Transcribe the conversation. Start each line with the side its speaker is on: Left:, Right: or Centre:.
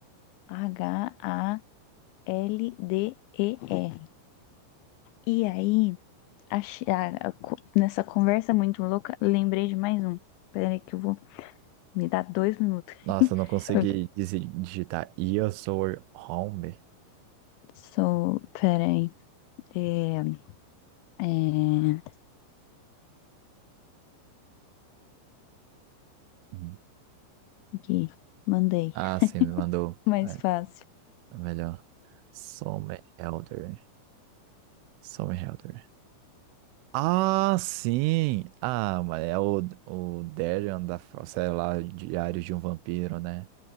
Left: R H A L D E R. E aí, achei- a- a co- nessa conversa muito louca, lembrei de mais um. Peraí que eu vou... Me dá dois minutos.
Right: Nossa,
Left: <laughs>
Right: eu não consegui
Left: Eu
Right: disi- digitar. Your soul home?
Left: sou... Peraí. É, é,
Right: Hum.
Left: aqui. Mandei.
Right: Ah, sim,
Left: <laughs>
Right: me mandou.
Left: Mais
Right: É,
Left: fácil.
Right: é melhor. Some Helder. Some Helder. Ah, sim! Ah, mas é o, o Darion da, sei lá, Diários de um Vampiro, né?